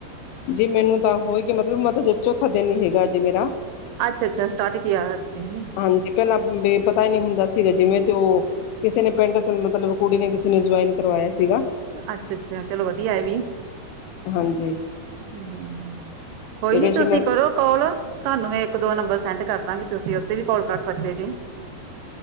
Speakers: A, on the left; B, on the right.
A: ਜੀ ਮੈਨੂੰ ਤਾਂ ਹੋਏਗੇ ਮਤਲਬ <unintelligible> ਚੌਥਾ ਦਿਨ ਹੀ ਹੈਗਾ ਜੇ ਮੇਰਾ।
B: ਅੱਛਾ- ਅੱਛਾ ਸਟਾਰਟ ਕੀਆ ਹੈ। <unintelligible>
A: ਹਾਂਜੀ। ਪਹਿਲਾਂ ਬੇ ਪਤਾ ਹੀ ਨਹੀ ਹੁੰਦਾ ਸੀਗਾ ਜਿਵੇਂ ਤੇ ਉ। ਕਿਸੇ ਨੇ ਪਿੰਡ ਤ ਮਤਲਬ ਕੁੜੀ ਨੇ ਕਿਸੇ ਨੇ ਜੁਆਇਨ ਕਰਵਾਇਆ ਸੀਗਾ।
B: ਅੱਛਾ -ਅੱਛਾ। ਚਲੋ ਵਧੀਆ ਏ ਵੀ।
A: ਹਾਂਜੀ।
B: <unintelligible> ਕੋਈ
A: ਤੇ ਵੈਸੇ
B: ਨੀ ਤੁਸੀਂ
A: ਮੈਂ
B: ਕਰੋ। ਕਾਲ ਤੁਹਾਨੂੰ ਮੈਂ ਇੱਕ ਦੋ ਨੰਬਰ ਸੈਂਡ ਕਰਦਾਂਗੀ। ਤੁਸੀਂ ਉੱਤੇ ਵੀ ਕਾਲ ਕਰ ਸਕਦੇ ਜੇ।